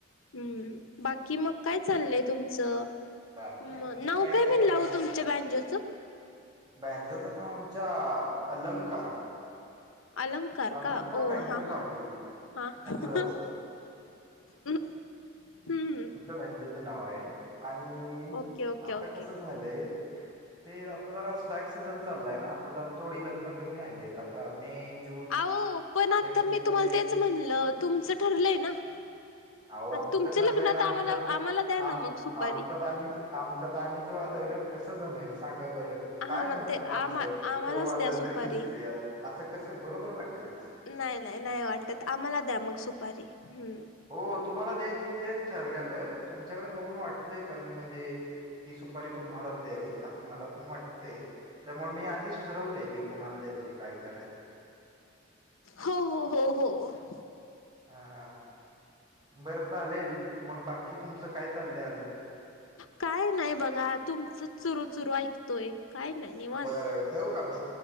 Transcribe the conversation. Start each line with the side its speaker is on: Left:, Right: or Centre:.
Left: हम्म बाकी मग काय चाललय तुमचं?
Right: बाकी
Left: <unintelligible> म
Right: आमचं
Left: नाव
Right: काही नाही
Left: काय म्हणला
Right: बघा
Left: वो तुमच्या बँजोचं? <unintelligible>
Right: बँजोचं नाव आमचा अलंकार, <unintelligible>
Left: अलंकार
Right: अलंकार
Left: का ओ
Right: बँजो
Left: हा ह
Right: पार्टी
Left: हा, <unintelligible>
Right: उमरज
Left: हम्म <unintelligible>
Right: बाजोच नाव आहे आणि
Left: ओके ओके
Right: आता
Left: ओके
Right: कस झालंय ते आता जरा स्टाअक सीझन चाललाय ना आता जरा थोडी लग्न कमी आली आहेत आता मे <unintelligible>
Left: अहो पण आता
Right: एप्रिलमध्ये
Left: मी तुम्हाला तेच म्हणलं तुमचं ठरलंय ना. <unintelligible>
Right: अहो आमचं
Left: तुमच
Right: ठरलंय
Left: लग्नत
Right: ना आमच्यात
Left: आम्हाला आम्हाला द्या
Right: आम
Left: ना मग सुपारी.
Right: आमच्यात आम्हीच
Left: <unintelligible>
Right: आमच्यात आम्हीच वादवल कसं जमेल सांगा बरं. <unintelligible>
Left: हा
Right: काय
Left: मग
Right: म्हणतील
Left: ते
Right: माणसं
Left: आम्हा आम्हालाच
Right: तेव वाजततरी
Left: द्या सुपारी
Right: दिसतोयाल असं कस बरोबर वाटेल का. <unintelligible>
Left: नाही नाही नाही वाटत आम्हाला द्या मग सुपारी हम्म. <unintelligible>
Right: हो तुम्हाला द्यायचीच तेच ठरलेलं तुमच्याकडे बघून वाट <unintelligible> तय पण म्हणजे ही सुपारी तुम्ही मलाच द्यावी असं मला पण वाटत. <unintelligible> ते त्यामुळे मी आधीच ठरवलंय की कोणाला द्यायची काय करायच. <unintelligible>
Left: हो हो हो हो <unintelligible>
Right: हा हा बरं चालेल मग बाकी तुमचं काय चाललंय अजून.
Left: काय नाही बघा तुमचं चुरू चुरू ऐकतोय. काय नाय निवांत
Right: बरं ठेवू का मी